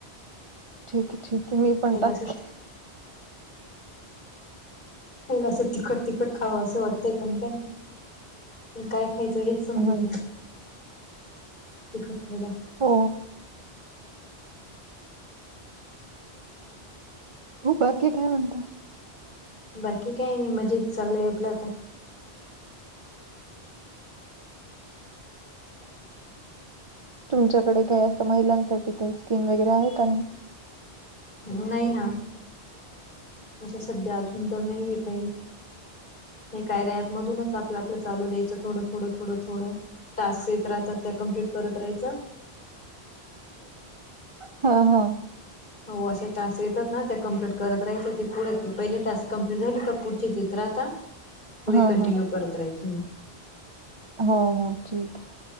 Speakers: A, on the right; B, on the left.
A: ठीक आहे ठीक आहे मी पण
B: खायला
A: टाक
B: असं खायला असं तिखट तिखट खावं असं वाटतंय, पण काय पण काय खायचं हे समजत
A: हम्म
B: नाही तिखट खायला.
A: हो हो बाकी काय म्हणता.
B: बाकी काही नाही, मजेत चालय आपलं आता.
A: तुमच्याकडे काही असं महिलांसाठी काही स्कीम वगैरे आहे का नाही
B: नाही ना अशा सध्या अजून, तर नाहीय काही. हे काय रॅपमधूनच आपलं-आपलं, चालू द्याचं थोडं थोडं-थोडं-थोडं. टास्क येत राहतात, त्या कम्प्लीट करत राहायच.
A: हा हा
B: हो असे तास येतात, ना त्या कमप्लीट करत राहायचे. ते पुढे पहिले टास्क कंप्लीट झाली, का पुढची ते त्र आता पुढे
A: हा
B: कंटिन्यू
A: हा
B: करत, राहायची मग
A: हो हो ठीक आहे.